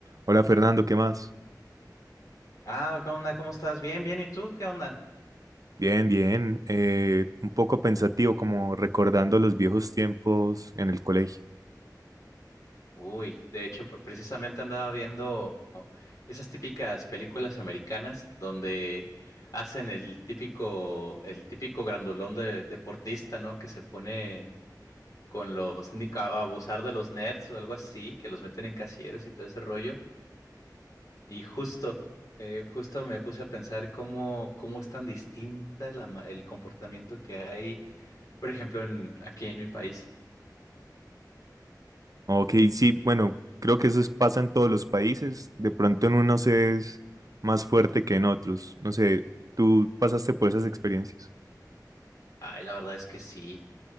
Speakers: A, on the right; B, on the left.
A: Hola Fernando, ¿qué más?
B: Ah, ¿qué onda? ¿Cómo estás? Bien, bien. ¿Y tú? ¿Qué onda?
A: Bien, bien. eh, un poco pensativo, como recordando los viejos tiempos en el colegio.
B: Uy, de hecho, pr- precisamente andaba viendo esas típicas películas americanas donde hacen el típico, el típico grandulón de deportista, ¿no? Que se pone con los, ni- a a abusar de los nerds o algo así, que los meten en casilleros y todo ese rollo. Y justo, eh, justo me puse a pensar cómo, cómo es tan distinta la ma- el comportamiento que hay, por ejemplo, en, aquí en mi país.
A: Ok, sí, bueno, creo que eso es- pasa en todos los países. De pronto en unos es más fuerte que en otros. No sé, ¿tú pasaste por esas experiencias?
B: Ay, la verdad es que sí.